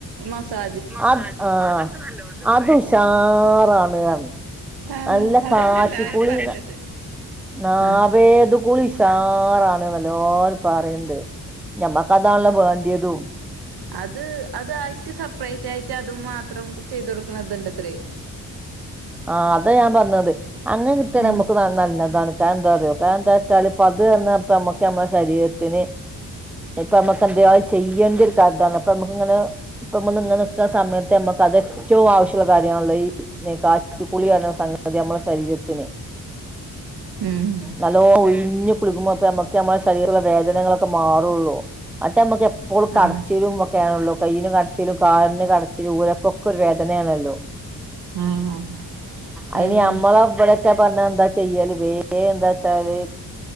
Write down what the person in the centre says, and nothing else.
അത് ആഹ് അത് ഉഷാറാണ് പർഞ്
നല്ല
കാച്ചിക്കുളി
നാഭേദ്
കുളി ചാറാണ് എല്ലാരും പറീണ്ട് ഞമ്മക്കതാണല്ലോ വാണ്ട്യതും
ആ അതാ ഞാൻ പറഞ്ഞത് അങ്ങനെ കിട്ടിയ
നമുക്ക് നല്ലതാണ് ക എന്താ പറയോ ക എന്താ വച്ചാ ഇപ്പ അത് തന്ന നമ്മക്ക നമ്മ- ശരീരത്തിന് ഇപ്പ നമുക്ക് എന്തും ചെയ്യേണ്ട ഒരു കാ <unintelligible> ര് അപ്പ നമക്ക് ഇങ്ങനെ നമ്മ നിങ്ങണ നിക്കുന്ന സമയത്ത് നമക്ക് അത് ഏറ്റവും ആവശ്യമുള്ള കാര്യമാണല്ലോ ഈ കാച്ചിക്കുളി- സംഗതി നമ്മള് ശരീരത്തിന്
നല്ലോണം ഉഴിഞ്ഞു- കുളിക്ക് പൊ അമർത്തി നമ്മെടെ ശരീരത്തിലുള്ള വേദനങ്ങളൊക്കെ മാറുള്ളൂ മറ്റേ നമ്മക്ക് ഇപ്പോൾ കടച്ചിലും
ഒക്കെയാണല്ലോ കൈയിനു കടച്ചിലും കാലിനു കടച്ചിലും ഉരൊക്കെക്കെ ഒരു വേദനയാണല്ലോ
അതിനി
നമ്മള് <unintelligible> കറക്റ്റ് ആ പറഞ്ഞാ എന്താ ചെയ്യാല് വേതന എന്താച്ചാല്